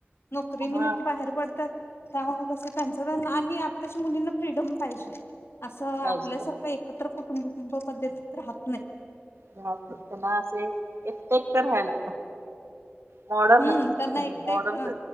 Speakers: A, on the left; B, on the right.
A: नोकरी
B: हा
A: निमित्त बाहेर पडतात त्यामुळे तसं त्यांच आत्ताच्या मुलींना फ्रीडम पाहिजे अस आपल्या
B: पाहिजे पाहिजे
A: सारख एकत्र कुटुब ब पध्तीत राहत नाही.
B: ब ना असे एकट एकट राहायला. मॉडर्न
A: हम्म त्यांना एकट
B: मॉडर्न
A: एकट